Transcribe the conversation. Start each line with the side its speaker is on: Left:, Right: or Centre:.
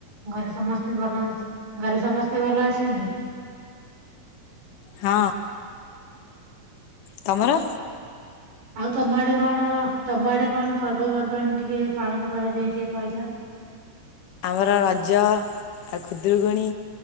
Right: ଘରେ ସମସ୍ତେ ଭଲ ଅଚ ଘରେ ସମସ୍ତେ ଭଲ ଅଛନ୍ତି!
Left: ହଁ ତମର
Right: ଆଉ ତମ ଆଡେ କଣ ତମ ଆଡେ କଣ ପର୍ବପର୍ବାଣି ଟିକେ ପାଳନ କରାଯାଏ ଟିକେ କହିଲ!
Left: ଆମର ରଜ ଆଉ ଖୁଦୁରୁକୁଣୀ